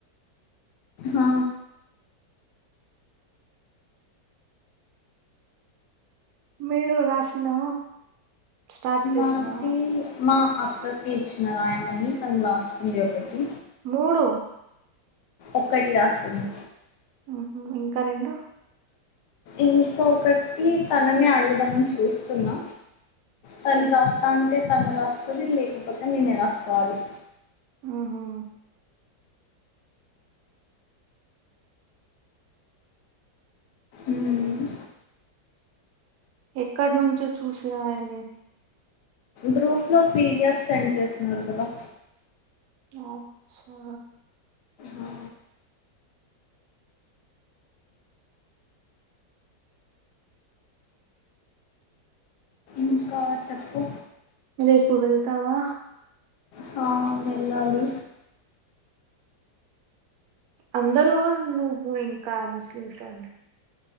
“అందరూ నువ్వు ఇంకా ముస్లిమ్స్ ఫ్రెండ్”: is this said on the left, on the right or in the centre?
Right